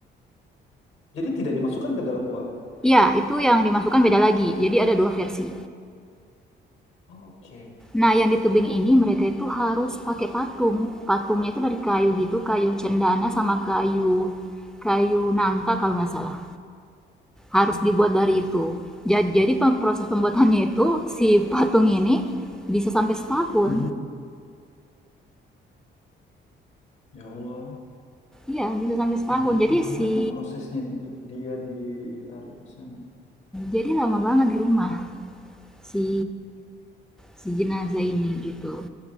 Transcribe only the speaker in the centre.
Iya, itu yang dimasukkan beda lagi. Jadi ada dua versi.
Nah, yang di tebing ini mereka itu harus pakai patung. Patungnya itu dari kayu gitu, kayu cendana sama kayu kayu nangka kalau nggak salah. Harus dibuat dari itu. Ja- Jadi, proses pembuatannya itu si patung ini bisa sampai setahun.
Iya, bisa sampai setahun.
Jadi
si
jadi lama banget di rumah si si jenazah ini gitu.